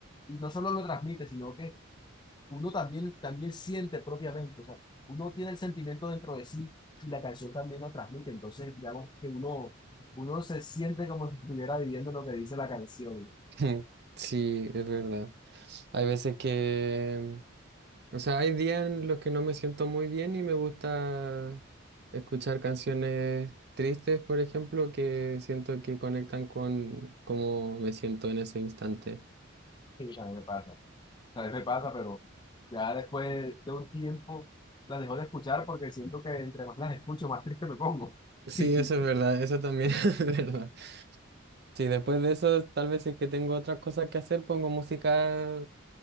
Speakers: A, on the left (about 20°); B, on the right (about 55°).
A: Y no solo lo transmite, sino que uno también, también siente propiamente, o sea, uno tiene el sentimiento dentro de sí y la canción también lo transmite. Entonces, digamos que uno, uno se siente como si estuviera viviendo lo que dice la canción.
B: <laughs> Sí, es verdad. Hay veces que O sea, hay días en los que no me siento muy bien y me gusta escuchar canciones tristes, por ejemplo, que siento que conectan con cómo me siento en ese instante.
A: Sí, a mí me pasa. A veces me pasa, pero ya después de un tiempo las dejo de escuchar porque siento que entre más las escucho, más triste me pongo.
B: Sí,
A: <laughs>
B: eso es verdad, eso también <laughs> es verdad. Sí, después de eso, tal vez si es que tengo otras cosas que hacer, pongo música